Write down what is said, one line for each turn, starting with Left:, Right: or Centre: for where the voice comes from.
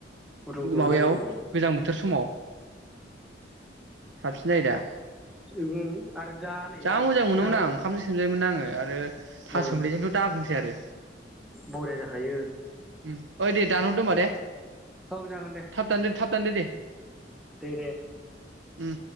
Centre: गुदुं गुदुं
Right: माबायाव
Centre: जायो
Right: गोजां बोथोर समाव साबसि जायो दा।
Centre: उम्म आरो दा नै
Right: जा
Centre: दा
Right: मोजां मोनोमोन
Centre: दा
Right: आं ओंखामजों सोमजायोमोन आङो आरो थास'
Centre: ओ
Right: सोमलिजोंथ' दाबुंसै आरो
Centre: बरिया जाखायो।
Right: उम ओइ दे दानहरदों ओमबा दे।
Centre: औ जागोन दे
Right: थाब दानदो थाब दोनदो दे।
Centre: दे दे
Right: उम।